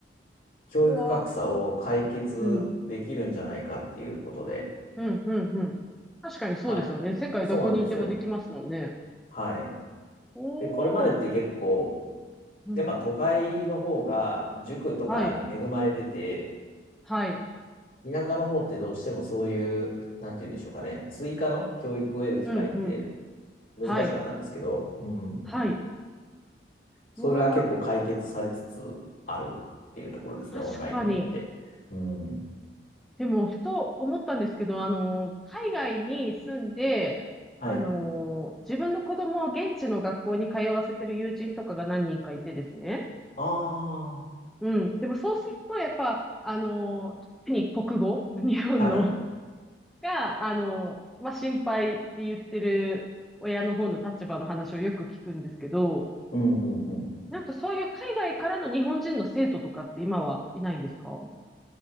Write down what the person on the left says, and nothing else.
教育格差を解決できるんじゃないかっていうことで、
まあ、
そうなんですよ。はい。
で、これまでって結構、
やっぱ都会の方が塾とかに恵まれてて、
田舎の方ってどうしてもそういう、なんて言うんでしょうかね、追加の教育を得る機会って
難しかったんですけど、
うん。
それが結構解決されつつあるっていうところですね、
オンラインによって。うん。
はい。
ああ、
はい。
うん、うん、うん。